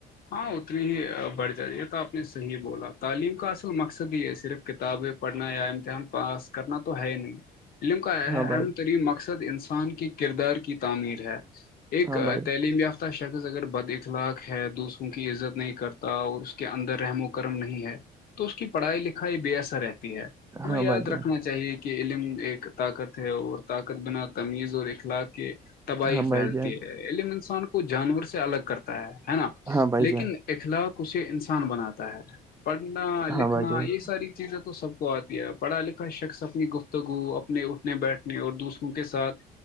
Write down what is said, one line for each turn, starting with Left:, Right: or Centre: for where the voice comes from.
Left: ہاں اتنی ہی بڑھ جاتی یہ تو آپ نے صحیح بولا تعلیم کا اصل مقصد ہی ہے صرف کتابیں پڑھنا یا امتحان پاس کرنا تو ہے نہیں علم کا اہم
Right: ہاں بھائی
Left: ترین مقصد انسان کے کردار کی تعمیر ہے ایک
Right: ہاں بھائی
Left: تعلیم یافتہ شخص اگر بد اخلاق ہے دوسر کیونکہ عزت نہیں کرتا اور اس کے اندر رحم و کرم نہیں ہے تو اس کی پڑھائی لکھائی بے اثر رہتی ہے ہمیں
Right: ہاں
Left: یاد
Right: بھائی جان
Left: رکھنا چاہیے کہ کہ علم ایک طاقت ہے اور طاقت بنا تمیز اور اخلاق کے تباہی
Right: ہاں
Left: پھیلتی
Right: بھائی جان
Left: ہے علم انسان کو جانور سے الگ کرتا ہے ہے نا
Right: ہاں بھائی
Left: لیکن
Right: جان
Left: اخلاق اسے انسان بناتا ہے پڑھنا
Right: ہاں
Left: لکھنا
Right: بھائی جان
Left: یہ ساری چیزیں تو سب کو آتی ہے پڑھا لکھا شخص اپنی گفتگو اپنے اٹھنے بیٹھنے اور دوسروں کے ساتھ